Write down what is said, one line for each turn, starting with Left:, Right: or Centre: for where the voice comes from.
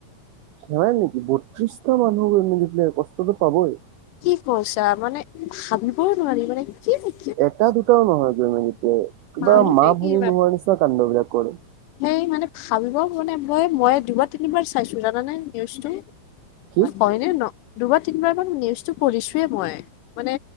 Right: সেৱাই নেকি বত্ৰিশটা মানুহ <unintelligible> কষ্টতটো পাবই।
Left: কি কৈছা, মানে ভাবিবইও নোৱাৰি মানে কি নি
Right: এটা দুটাও নহয় গৈ <unintelligible> কিবা
Left: মানুহ
Right: মা
Left: নে
Right: ভনী
Left: কি বাপ
Right: নোহোৱা নিচিনা কাণ্ড বিলাক কৰে।
Left: সেই মানে, ভাবিব মানে মই দুবাৰ তিনিবাৰ চাইছো জানানে নিউজটো।
Right: কি
Left: হয়নে ন, দুবাৰ তিনিবাৰ মান নিউজটো পঢ়িছোয়ে মই। মানে